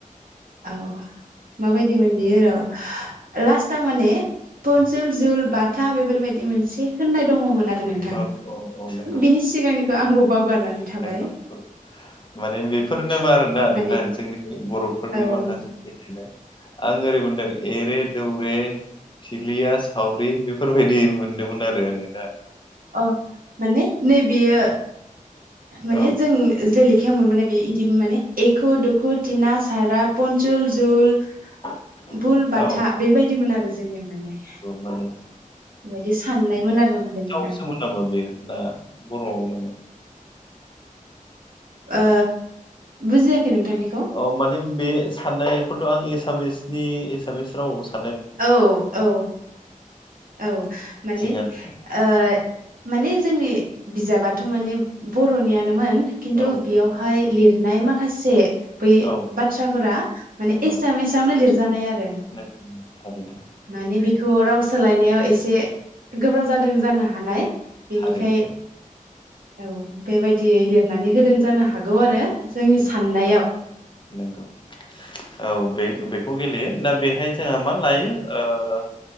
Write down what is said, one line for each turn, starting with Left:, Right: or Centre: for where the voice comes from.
Right: औ माबायदि मोन बियो र'। लास्टाव माने पनसुल जुल बाथा बेफोरबायदि मोनसे होननाय दङमोन आरो नों थां
Left: औ औ औ नंगौ
Right: बिनि सिगांनिखौ आंबो बावगारनानै थाबाय।
Left: नंगौ माने बेफोरनो मा आरोना नोंथां
Right: माने
Left: जोंनि बर'फोरनि
Right: औ
Left: माखासे
Right: नोंथां
Left: आं ओरै मोनदों एरे दौरे थिलिया सावरि बेफोरबायदि मोनदोंमोन आरो आङो नोंथां।
Right: अ माने नै बियो माने
Left: औ
Right: जोंनो जे लेखायाव मोनबोनाय बे बिदिनो माने एख' दुखु तिना सारा पनसुल जुल
Left: <inaudible>
Right: भुल
Left: औ
Right: बाथा बेबायदिमोन आरो जोंनिया माने
Left: औ
Right: बेबायदि साननायमोन आरो माने ओखायनो
Left: सोमदोनाबो बेयो ना बर'आवनोमोन
Right: ओ बुजियाखै नोंथांनिखौ।
Left: अ माने बे साननायखौथ' आं एसामिसनि एसामिस रावसो
Right: औ औ औ माने
Left: थिगानो
Right: ओ माने जोंनि बिजाबाथ' माने बर'नियानोमोन। खिन्थु
Left: औ
Right: बेयावहाय लिरनाय माखासे बै
Left: औ
Right: बाथ्राफोरा माने
Left: नंगौ
Right: एसामिस यावनो लिरजानाय आरो
Left: नंगौ थारैनो
Right: माने बेखौ रावसोलायनाय सोलायनायाव एसे गोब्राब जादों जानो हानाय बेनिखाय
Left: थारैनो
Right: औ बेबायदियै लिरनानै होदों जानो हागौ आरो
Left: नंगौ
Right: जोंनि
Left: नंगौ
Right: साननाय
Left: नंगौ औ बे बेखौ गेलेयो दा बेहाय जोंहा मा लायो ओ